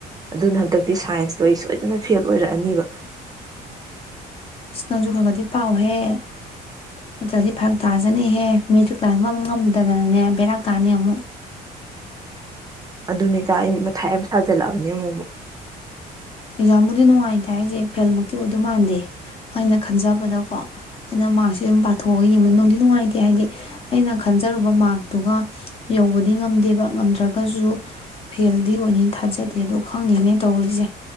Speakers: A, on the right (about 20°); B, on the left (about 35°).
A: ꯑꯗꯨꯅ ꯍꯟꯗꯛꯇꯤ ꯁꯥꯏꯟꯁꯇꯣ ꯑꯩ ꯁꯣꯏꯗꯅ ꯐꯦꯜ ꯑꯣꯏꯔꯛꯑꯅꯤꯕ
B: ꯅꯪꯖꯨ ꯈꯒꯗꯤ ꯄꯥꯎꯍꯦ ꯅꯠꯇ꯭ꯔꯗꯤ ꯐꯔꯛ ꯇꯥꯖꯅꯤꯍꯦ ꯃꯦꯇ꯭ꯔꯤꯛ ꯂꯥꯛ ꯉꯝꯕ ꯉꯝꯗꯗꯅꯅꯦ ꯕꯦꯔꯥꯛ ꯀꯥꯅꯤ ꯑꯃꯨꯛ
A: ꯑꯗꯨꯅꯦꯒ ꯑꯩ ꯃꯊꯥꯏ ꯑꯃ ꯁꯥꯖꯤꯜꯂꯛꯑꯕꯅꯦ ꯑꯃꯨꯛꯛ
B: ꯑꯦꯛꯖꯥꯝꯕꯨꯗꯤ ꯅꯨꯡꯉꯥꯏꯇꯦ ꯍꯥꯏꯁꯦ ꯐꯦꯜꯃꯛꯇꯤ ꯑꯣꯏꯗꯧ ꯃꯥꯟꯗꯦ ꯍꯥꯏꯅ ꯈꯟꯖꯕꯗꯀꯣ ꯑꯩꯅ ꯃꯥꯔꯛꯁꯦ ꯑꯗꯨꯝ ꯄꯥꯊꯣꯛꯑꯒ ꯌꯦꯡꯕꯅꯤ ꯅꯨꯡꯗꯤ ꯅꯨꯡꯉꯥꯏꯇꯦ ꯍꯥꯏꯗꯤ ꯑꯩꯅ ꯈꯟꯖꯔꯨꯕ ꯃꯥꯔꯇꯨꯒ ꯌꯧꯕꯗꯤ ꯉꯝꯗꯦꯕ ꯉꯝꯗ꯭ꯔꯒꯁꯨ ꯐꯦꯜꯗꯤ ꯑꯣꯏꯅꯤ ꯊꯥꯖꯗꯦ ꯑꯗꯣ ꯈꯪꯗꯦꯅꯦ ꯇꯧꯔꯤꯁꯦ